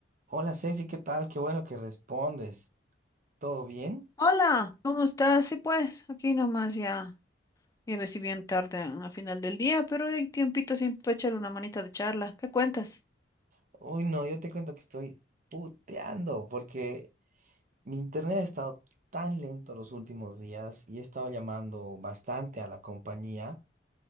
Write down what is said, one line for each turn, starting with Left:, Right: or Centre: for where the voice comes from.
Right: Hola Ceci, ¿qué tal? Qué bueno que respondes. ¿Todo bien?
Left: Hola, ¿cómo estás? Sí, pues, aquí nomás ya, ya ves si bien tarde a final del día, pero hay tiempito siempre para echarle una manita de charla. ¿Qué cuentas?
Right: Uy, no, yo te cuento que estoy puteando porque mi internet ha estado tan lento los últimos días y he estado llamando bastante a la compañía